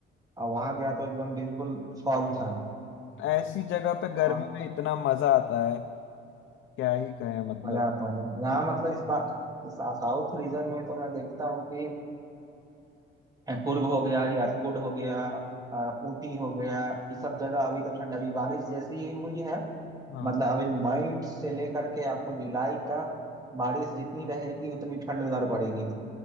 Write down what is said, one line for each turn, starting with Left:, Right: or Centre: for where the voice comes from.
Right: और वहाँ गया तो एकदम बिल्कुल फॉग था
Left: ऐसी जगह पे गर्मी
Right: हाँ
Left: में इतना मजा आता है क्या ही कहें मतलब
Right: मजा आता है यहाँ मतलब इस बात इस साउथ रीजन में तो मैं देखता हूँ कि कुर्ग हो गया यारकुट हो गया अ, ऊटी हो गया ये सब जगह अभी तो ठंड अभी बारिश जैसी ही हुई है
Left: हाँ
Right: मतलब अभी मई से लेकर के आपको जुलाई तक बारिश जितनी रहेगी उतनी ठंड उधर पड़ेगी